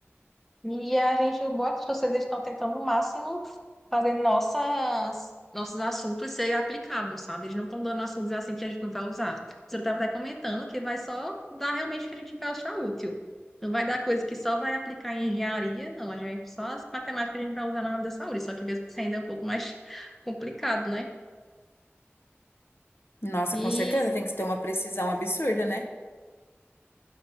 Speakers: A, in the centre; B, on the left.
A: E a gente, boas vocês estão tentando o máximo fazer nossas, nossos assuntos ser aplicáveis, sabe? Eles não estão dando assuntos assim que a gente não vai usar. Você estava até comentando que vai só dar realmente o que a gente vai achar útil. Não vai dar coisa que só vai aplicar em engenharia, não. A gente, só as matemáticas que a gente vai usar na área da saúde, só que mesmo assim ainda é um pouco mais <laughs> complicado, né?
B: Nossa,
A: E
B: com certeza tem que ter uma precisão absurda, né?